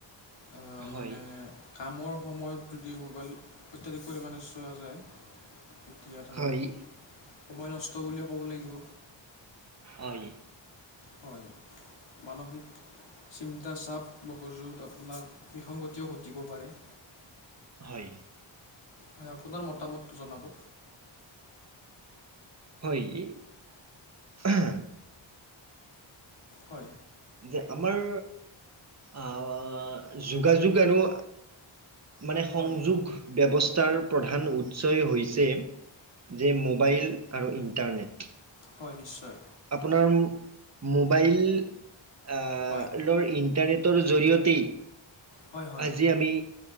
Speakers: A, on the left; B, on the right.
A: আ
B: হয়
A: মানে কামৰ সময়ত যদি মোবাইল অত্যাধিক পৰিমাণে চোৱা যায় তেতিয়া ধৰক
B: হয়
A: সময় নষ্ট বুলিয়ে ক'ব লাগিব।
B: হয়ঁ!
A: হয়ঁ! মানসিক চিন্তা চাপ মকজুত আপোনাৰ বিসংগতিও ঘটিব পাৰে।
B: হয়ঁ!
A: হয়ঁ! আপোনাৰ মতামতটো জনাব।
B: হয়ঁ! ই এহে
A: হয়ঁ!
B: যে আমাৰ আহ যোগাযোগ আৰু মানে সংযোগ
A: হয়
B: ব্যৱস্থাৰ প্ৰধান উৎসয় হৈছে যে মোবাইল আৰু ইণ্টাৰনেট
A: হয়ঁ! নিশ্চয়।
B: আপোনাৰ মোবাইললৰ
A: হয়
B: ইণ্টাৰনেট জৰিয়তে
A: হয় হয়
B: আজি আমি